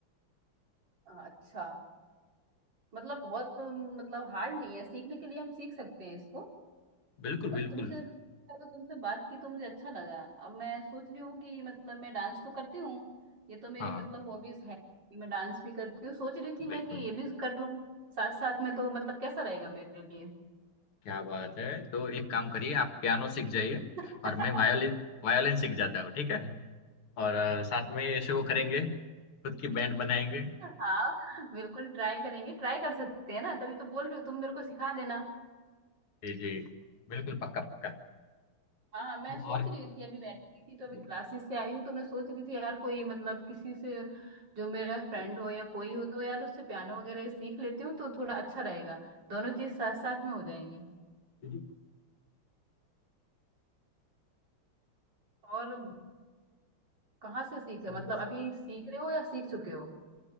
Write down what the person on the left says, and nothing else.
बिल्कुल
बिल्कुल
हाँ
बिल्कुल
क्या बात है तो एक काम करिए आप पियानो सीख जाइए
और मैं वायोलिन वायोलिन सीख जाता हूँ ठीक है और अ, साथ में शो करेंगे खुद की बैंड बनाएंगे
जी जी बिल्कुल पक्का पक्का
तो
और
जी,
जी।
Did you?
समय
पर